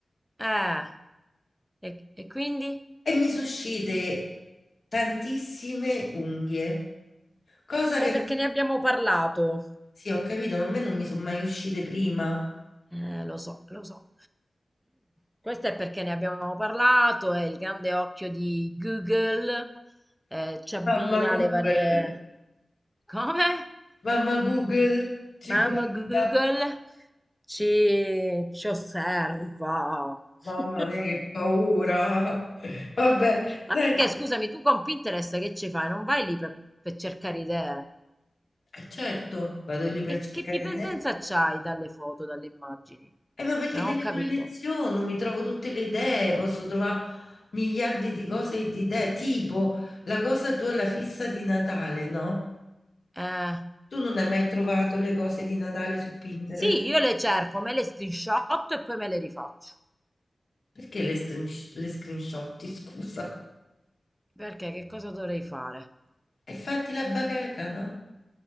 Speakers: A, in the centre; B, on the left.
A: Eh, e, e quindi?
B: E mi sono uscite tantissime unghie, cosa
A: Eh,
B: che...
A: perché ne abbiamo parlato.
B: Sì, ho capito, ma a me non mi sono mai uscite prima.
A: Eh, lo so, lo so. Questo è perché ne abbiamo parlato e il grande occhio di Google eh, ci abbina
B: Mamma Google,
A: le varie... Come?
B: mamma Google ci
A: Mamma
B: guarda.
A: Google ci, ci osserva. <laughs>
B: Mamma mia, che paura. Vabbè,
A: Ma
B: senti.
A: perché, scusami, tu con Pinterest che ci fai? Non vai lì per, per cercare idee?
B: E certo, vado lì per
A: E
B: cercare
A: che dipendenza
B: idee.
A: c'hai dalle foto, dalle immagini?
B: Eh, ma perché
A: Cioè,
B: me
A: non ho
B: le
A: capito.
B: colleziono, mi trovo tutte le idee, posso trovare miliardi di cose e di idee, tipo la cosa tua, la fissa di Natale, no?
A: Eh,
B: Tu non hai mai trovato le cose di Natale su Pinterest?
A: sì, io le cerco, me le screenshot e poi me le rifaccio.
B: Perché le, strin- le screenshotti, <laughs> scusa?
A: Perché che cosa dovrei fare?
B: E fatti la bacheca, no?